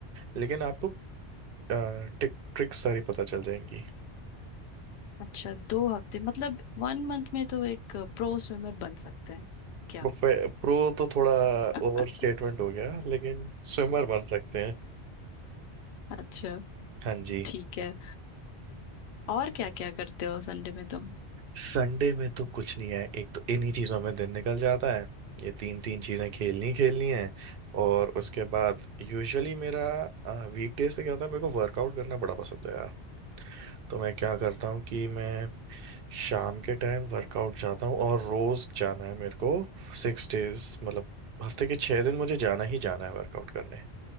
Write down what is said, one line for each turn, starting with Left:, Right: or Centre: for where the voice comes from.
Right: लेकिन आपको टिक ट्रिक्स सारी पता चल जाएंगी
Left: अच्छा दो हफ्ते मतलब वन मंथ में तो एक प्रो स्विमर बन सकते हैं क्या
Right: प्रो तो थोड़ा
Left: <laughs>
Right: ओवर स्टेटमेंट हो गया लेकिन स्विमर बन सकते हैं
Left: अच्छा
Right: हाँ जी
Left: ठीक है और क्या क्या करते हो संडे में तुम
Right: संडे में तो कुछ नहीं है एक तो इन्हीं चीजों में दिन निकल जाता है ये तीन तीन चीजें खेलनी खेलनी है और उसके बाद यूजुअली मेरा वीक डेज पे क्या होता है मेरे को वर्कआउट करना बड़ा पसंद है यार तो मैं क्या करता हूँ कि मैं शाम के टाइम वर्कआउट जाता हूँ और रोज जाना है मेरे को सिक्स डेज मतलब हफ्ते के छह दिन मुझे जाना ही जाना है वर्कआउट करने